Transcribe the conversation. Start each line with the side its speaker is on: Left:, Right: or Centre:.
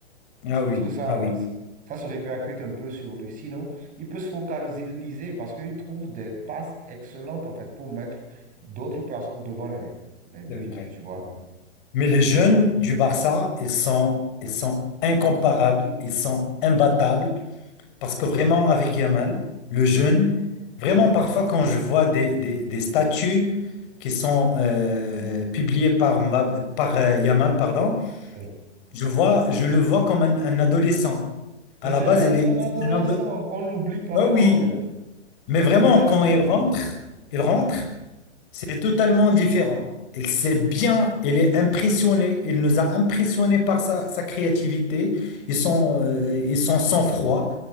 Left: Ah
Right: je
Left: oui,
Right: pense que ça,
Left: ah oui,
Right: ça se répercute un peu sur lui. Sinon, il peut se focaliser parce qu'il trouve des passes excellentes en fait pour mettre d'autres personnes devant les, les buts,
Left: c'est vrai.
Right: tu vois.
Left: c'est vrai. Mais les jeunes du Barça, ils sont, ils sont incomparables, ils sont imbattables. Parce que vraiment, avec Yamal, le jeune, vraiment parfois quand je vois des, des, des statuts qui sont euh, euh, publiés par, Mba- par euh, Yamal, pardon,
Right: Oui.
Left: je vois, je le vois comme un, un adolescent. À
Right: Mais
Left: la
Right: c'est
Left: base,
Right: vrai,
Left: il
Right: c'est
Left: est...
Right: un
Left: c'est
Right: adolescent.
Left: un ado-
Right: On l'oublie parfois
Left: Ah oui,
Right: en fait.
Left: mais vraiment,
Right: Il en est
Left: quand
Right: un.
Left: il rentre, il rentre, c'est totalement différent. Il sait bien, il est impressionné, il nous a impressionnés par sa, sa créativité ils sont euh, et son sang-froid